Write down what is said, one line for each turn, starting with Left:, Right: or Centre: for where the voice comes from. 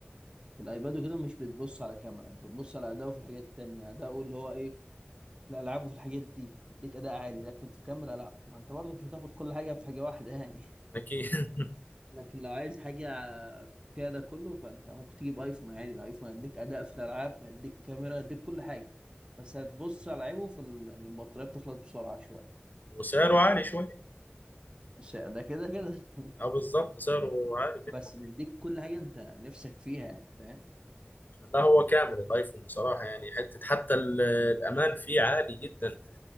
Right: في الايباد وكده مش بتبص على كاميرا انت بتبص على اداؤه في الحاجات التانية اداؤه اللي هو ايه في الالعاب وفي الحاجات دي بيديك اداء عالي لكن في كاميرا لا ما انت برضه مش هتاخد كل حاجة في حاجة واحدة يعني
Left: أكيد <laughs>
Right: لكن لو عايز حاجة فيها ده كله فأنت ممكن تجيب أيفون عادي الأيفون هيديك أداء في الألعاب هيديك كاميرا هيديك كل حاجة بس هتبص على عيبه في ال... إن البطارية بتخلص بسرعة شوية
Left: وسعره عالي شوية
Right: بس ده كده كده <laughs>
Left: اه بالظبط سعره عالي
Right: بس
Left: جدا
Right: بيديك كل حاجة أنت نفسك فيها يعني فاهم
Left: لا هو كامل الايفون بصراحة يعني حتة حتى ال- الأمان فيه عالي جدا